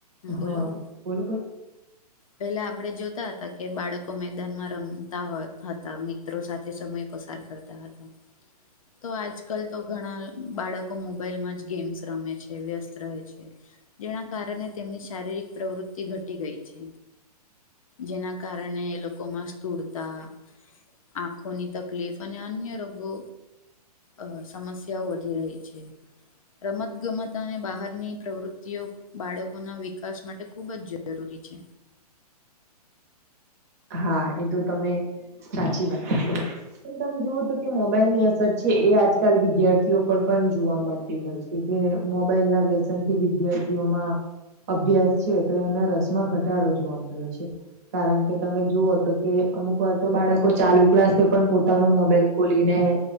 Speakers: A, on the left; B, on the right.
A: બોલો
B: હ બોલો બો
A: પેલા આપડે જોતા હતા કે બાળકો મેદાનમાં રમતા હ હતા મિત્રો સાથે સમય પસાર કરતા હતા તો આજકાલ તો ઘણા બાળકો મોબાઇલમા જ ગેમ્સ રમે છે, વ્યસ્ત રહેે છે. જેના કારણે તેમની શારીરિક પ્રવૃતિ ઘટી ગઈ છે. જેના કારણે એ લોકો મસ ધૂળતા આંખોની તકલીફ અને અન્ય રોગો અ સમસ્યાઓ વધી રહી છે. રમતગમત અને બહારની પ્રવૃત્તિઓ બાળકોના વિકાસ માટે ખુબ જ જરૂરી છે.
B: હા એ તો તમે સાચી વાત પણ તુમે જોવો તો કે મોબાઈલની અસર છે, એ આજકાલ વિદ્યાર્થીઓ પણ પણ જોવા મળતી હોય છે, કે મોબાઈલના વ્યસનથી વિદ્યાર્થીઓમાં અભ્યાસ છે, તો એના રસમાં ઘટાડો જોવા મળ્યો છે, કારણ કે તમે જુઓ તો કે અમુક વાર તો બાળકો ચાલુ ક્લાસે પણ પોતાનો મોબાઈલ ખોલીને